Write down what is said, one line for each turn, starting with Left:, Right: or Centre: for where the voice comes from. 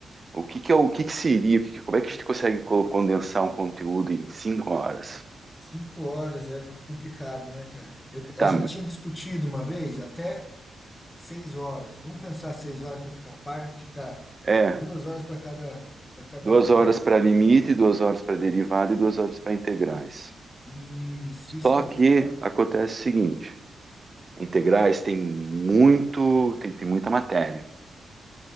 Right: O que que é o o que que seria? O que que- Como é que a gente consegue co- condensar um conteúdo em cinco horas?
Left: cinco horas é complicado, né, cara? Eu-
Right: Tá,
Left: a gente tinha discutido uma vez até seis horas. Vamos pensar seis horas para ficar par, ficar
Right: é.
Left: duas horas para cada, para cada
Right: duas horas
Left: coisa,
Right: para
Left: entendeu?
Right: limite, duas horas para derivada e duas horas para integrais.
Left: Isso, isso
Right: Só
Left: mesmo.
Right: que
Left: aham.
Right: acontece o seguinte:
Left: Ah,
Right: integrais tem muito, tem, tem muita matéria.